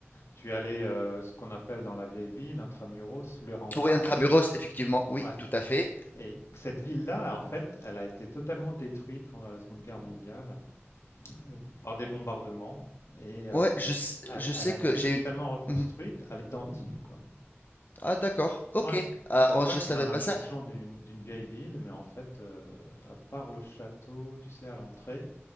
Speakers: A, on the left (about 80°); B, on the left (about 40°).
A: tu es allé euh, ce qu'on appelle dans la vieille ville, intramuros, sous les remparts.
B: oui, Intramuros, effectivement, oui,
A: Ouais.
B: tout à fait.
A: Et cette ville-là, en fait, elle a été totalement détruite pendant la Seconde Guerre mondiale euh, par des bombardements et euh,
B: Ouais, je, s-
A: elle,
B: je
A: elle
B: sais
A: a
B: que
A: été
B: j'ai
A: totalement
B: une.
A: reconstruite
B: Mhm.
A: à l'identique, quoi.
B: Ah, d'accord, ok.
A: Ouais, c'est
B: Ah,
A: pour
B: oh,
A: ça
B: je
A: qu'on
B: savais
A: a l'impression
B: pas ça.
A: d'une d'une vieille ville, mais en fait, euh, à part le château, tu sais, à l'entrée,